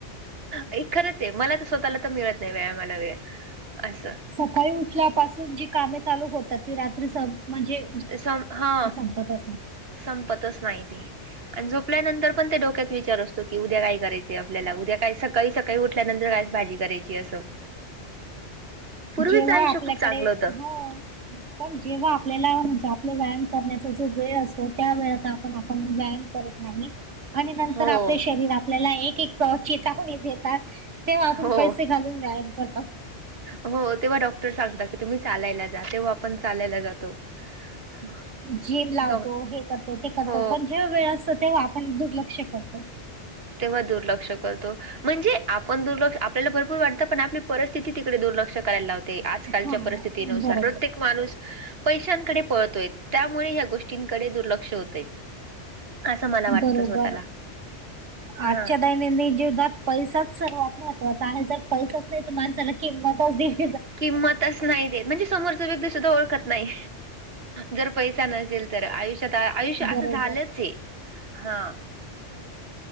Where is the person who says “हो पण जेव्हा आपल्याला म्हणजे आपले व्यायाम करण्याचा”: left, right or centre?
Right